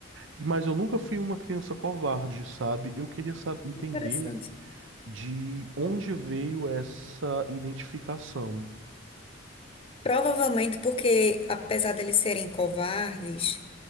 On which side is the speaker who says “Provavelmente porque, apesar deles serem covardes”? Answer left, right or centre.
Left